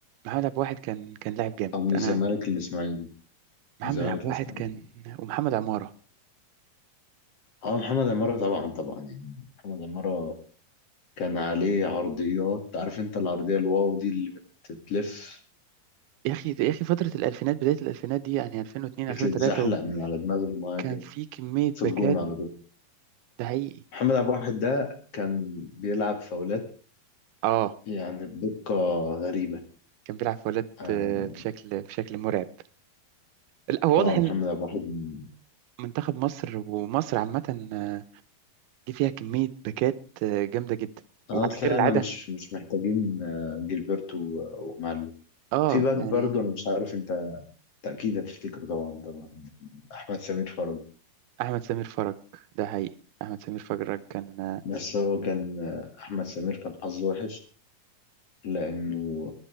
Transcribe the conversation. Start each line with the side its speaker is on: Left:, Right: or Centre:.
Right: محمد عبد الواحد كان كان لاعب جامد
Left: أو من الزمالك
Right: انا
Left: للإسماعيلي من
Right: محمد
Left: الزمالك
Right: عبد
Left: للإسماعيلي
Right: الواحد كان ومحمد عمارة
Left: اه محمد عمارة طبعا طبعا يعني محمد عمارة كان عليه عرضيات عارف انت العرضية الواو دي اللي بت- بتلف
Right: يا اخي يا اخي فترة الالفينات بداية الالفينات دي يعني 2002 2003
Left: بتتزحلق من على دماغ المهاجم
Right: وكان في كمية
Left: في
Right: باكات
Left: الجون على طول
Right: ده حقيقي
Left: محمد عبد الواحد ده كان بيلعب فاولات
Right: اه
Left: يعني بدقة غريبة
Right: كان بيلعب في ولاد
Left: اه
Right: آه، بشكل بشكل مرعب لا هو واضح
Left: آه، محمد
Right: ان
Left: عبد الواحد من-
Right: منتخب مصر ومصر عامة آه، جه فيها كمية باكات آه، جامدة جدا
Left: اه
Right: وعلى
Left: طلعنا
Right: غير العادة
Left: مش مش محتاجين آه، جilberto و- ومعلول
Right: اه
Left: في باك
Right: يعني
Left: برضه انا مش عارف انت تأكيد هتفتكره طبعا طبعا احمد سمير فرج
Right: احمد سمير فرج ده حقيقي احمد سمير فرج كان آه،
Left: بس هو كان آه، احمد سمير كان حظه وحش لأنه